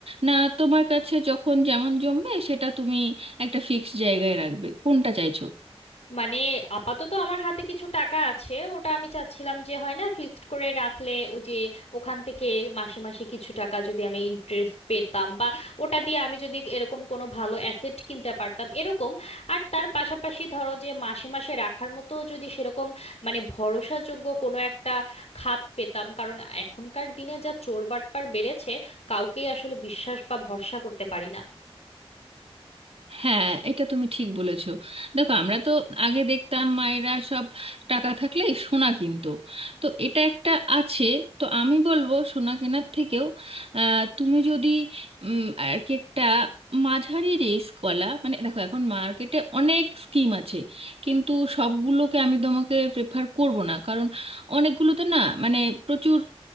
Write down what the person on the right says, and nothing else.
না তোমার কাছে যখন যেমন জমবে সেটা তুমি একটা ফিক্সড জায়গায় রাখবে কোনটা চাইছো
হ্যাঁ এটা তুমি ঠিক বলেছো দেখো আমরা তো আগে দেখতাম মায়েরা সব টাকা থাকলেই সোনা কিনতো তো এটা একটা আছে তো আমি বলবো সোনা কেনার থেকেও আহ, তুমি যদি উম, আর কি একটা মাঝারি রিস্ক কলা মানে দেখো এখন মার্কেটে অনেক স্কিম আছে কিন্তু সবগুলোকে আমি তোমাকে প্রেফার করব না কারণ অনেকগুলোতে না মানে প্রচুর